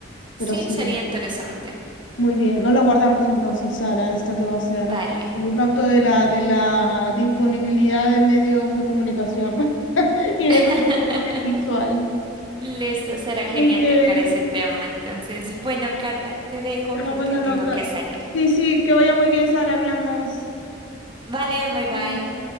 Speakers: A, on the right; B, on the left.
A: sí,
B: pero sí.
A: sería interesante.
B: Muy bien, no la guardamos entonces, Sara, esta que va a ser
A: Vale.
B: el impacto de la, de la disponibilidad de medios de comunicación <laughs> y
A: <laughs>
B: de contenido audiovisual.
A: Listo, será
B: Muy
A: genial
B: bien.
A: tocar ese tema. Entonces, bueno, Carla, te dejo
B: Dejamos
A: porque
B: la
A: tengo
B: nota.
A: que salir.
B: Sí, sí, que vaya muy bien, Sara. Hablamos.
A: Vale,
B: Chao.
A: bye bye.
B: chao.